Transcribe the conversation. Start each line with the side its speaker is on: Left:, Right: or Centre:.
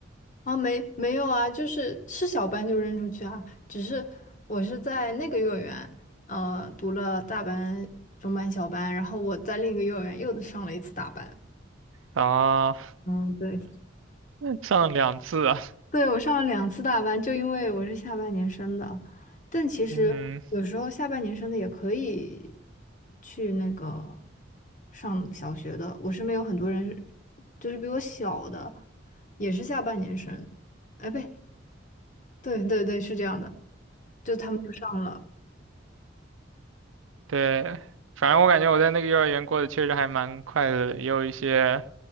Left: 啊，没没有啊，就是是小班就扔出去啊，只是我是在那个幼儿园，呃，读了大班、中班、小班，然后我在另一个幼儿园又上了一次大班。
Right: 啊，
Left: 嗯，对。
Right: <laughs> 上两次啊，
Left: 对，我上了两次大班，就因为我是下半年生的。但其实有时候下半年生的也可以
Right: 嗯，
Left: 去那个上小学的。我身边有很多人是，就是比我小的，也是下半年生。哎，不对，对对，是这样的，就他们就上了。
Right: 对，反正我感觉我在那个幼儿园过得确实还蛮快乐的，也有一些。